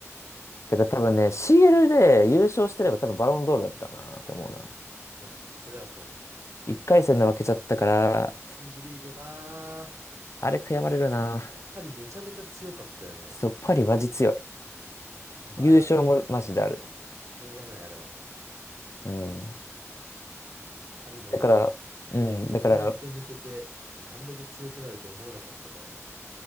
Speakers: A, on the left; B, on the right.
A: だから多分ね、CL で優勝してれば多分バロンドールだったなって思うな。
B: う。なあ、それはそう。
A: 1回戦で負けちゃったから、
B: チャンピオンズリーグなあ、
A: あれ悔やまれるな。
B: パリめちゃめちゃ強かったよね。
A: そう、パリマジ強い。
B: まあ、
A: 優勝もマジである。
B: あれはしょうがないわ。しょうがない、あれは。
A: うん。
B: パリもな、
A: だから、うん、だから、
B: エムバペ抜けて、あんだけ強くなると思わなかったからな。